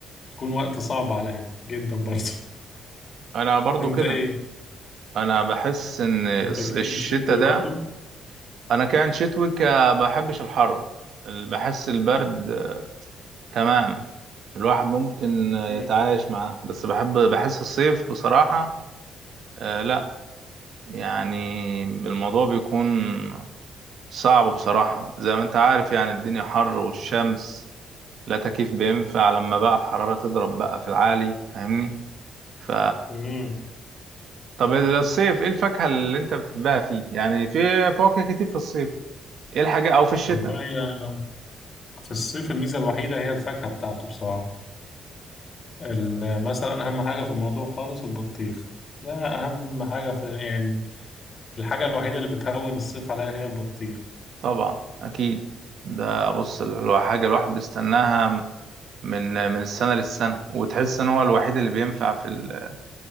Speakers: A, on the left; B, on the right.
A: بيكون وقت صعب عليا جدا برضه <laughs>
B: انا برضو
A: أنت
B: كده
A: إيه؟
B: انا بحس ان
A: أنت
B: الص-
A: كائن
B: الشتاء
A: شتوي
B: ده
A: برضه؟
B: انا كان شتوي ك- بحبش الحر ال- بحس البرد آه، تمام الواحد ممكن آه،
A: مم.
B: يتعايش معاه بس بحب بحس الصيف بصراحة آه، لا يعني الموضوع بيكون صعب بصراحة زي ما انت عارف يعني الدنيا حر والشمس لا تكييف بينفع لما بقى الحرارة تضرب بقى في العالي فاهمني ف
A: مم.
B: طب الصيف ايه الفاكهة اللي انت بتحبها فيه يعني في فواكه كتير في الصيف ايه الحاجة او في الشتاء
A: والله يعني في الصيف الميزة الوحيدة هي الفاكهة بتاعته بصراحة ال- مثلا أهم حاجة في الموضوع خالص البطيخ لا أهم حاجة في يعني الحاجة الوحيدة اللي بتهون الصيف عليا هي البطيخ
B: طبعا اكيد ده بص الو- حاجة الواحد بيستناها من من السنة للسنة وتحس ان هو الوحيد اللي بينفع في ال